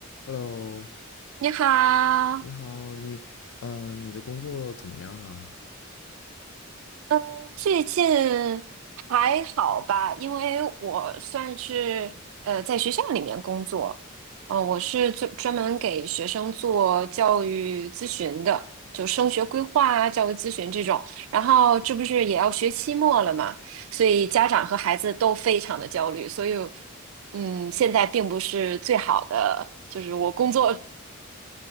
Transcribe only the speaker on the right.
你好，
嗯，最近还好吧？因为我算是呃在学校里面工作，呃，我是专专门给学生做教育咨询的，就升学规划啊、教育咨询这种。然后这不是也要学期末了嘛，所以家长和孩子都非常的焦虑，所以嗯，现在并不是最好的，就是我工作